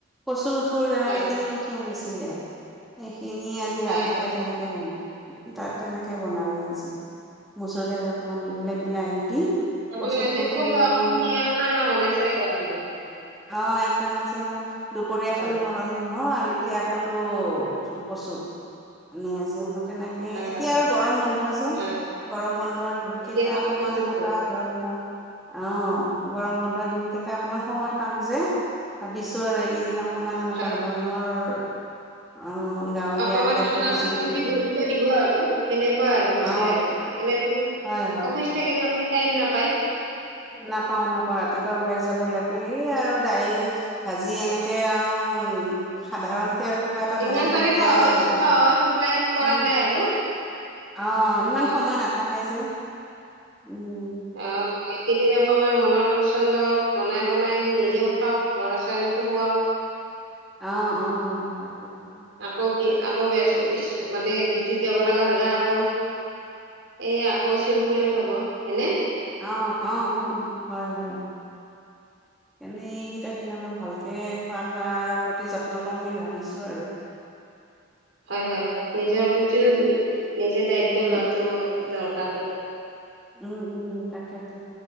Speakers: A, in the centre; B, on the right (about 65°).
A: কচুৰ ঠুৰ তেনেকে
B: হয়
A: তিনি মুুঠি আনিছিল সেইখিনি আজি
B: হয়
A: ৰাতি
B: হয়
A: তাই তেনেকে বনওঁ তাত তেনেকে বনালো আজি, মচুৰ দাইল অকমান দি পেলাই বিলাহী দি
B: তাৰমানে
A: কচু
B: আজি
A: থুৰখিনি
B: থলুৱা
A: মানে
B: অসমীয়া খানা বনাইছা আৰু আপোনালোকে
A: অঁ একদম আজি আমাৰ দুপৰীয়া
B: হয়
A: খালো নৰসিংহ আৰু এতিয়া খালো কচু। মানে তেনেকে
B: হয়
A: এতিয়া
B: হয়
A: আৰু গৰম বন্ধ যে।
B: অ
A: গৰম বন্ধৰ
B: এতিয়া
A: কেইটা
B: কলা
A: অকমান
B: কচুৰ
A: এনেকুৱা
B: থোৰ
A: ধৰণৰ। অ গৰম বন্ধ দিনকেইটা অকমান সময় পাম যে। ভাবিছো আৰু এইকেইদিন অকমান এনেকুৱা
B: হয় হয়
A: ধৰণৰ অ গাঁৱলীয়া
B: অকমান
A: খাদ্য
B: সেনাটোৰ
A: কিছুমান
B: প্ৰতি গুৰুত্ব দিব আৰু সেনেকুৱা আৰু হৈছে
A: অ
B: আৰু এনেতো
A: হয়
B: অফিচ থাকিলে আপুনি টাইম নাপায়।
A: নাপাও-নাপাও। ৰাতিপুৱা ওলাই যাব লাগে। এই আৰু দাইল ভাজি এনেকে আৰু উ সাধাৰণতে আৰু কিবা এটা
B: যিমান
A: বনাই থৈ
B: পাৰে
A: দিয়া
B: সহজ
A: যায় আৰু।
B: সহজ উপায়ত কৰা
A: অ।
B: যায় আৰু
A: অ ইমান
B: অ
A: সময় নাথাকে যে। উম।
B: অ এইকেইদিন অকমান মনৰ পচন্দত বনাই বনাই নিজেও খাওক, ল'ৰা-ছোৱালীকো খুৱাওক।
A: অহ, অহ তাকে টো।
B: আকৌ, আকৌ মানে ডিউটিত যাব লগা হ'লে আকৌ এ আকৌ চিম্পুলে হব হেয়নে
A: অঁ অঁ অঁ হয় হয়। এনেই এইকেইটা দিন অলপ ভালকে খোৱা লোৱাৰ প্ৰতি যত্ন লম বুলি ভাবিছো আৰু <inaudible>
B: হয়, হয় নিজৰ প্ৰতি প্ৰতিও নিজে দায়িত্ব
A: উম
B: লোৱাটো দৰকাৰেই।
A: উম উম তাকেতো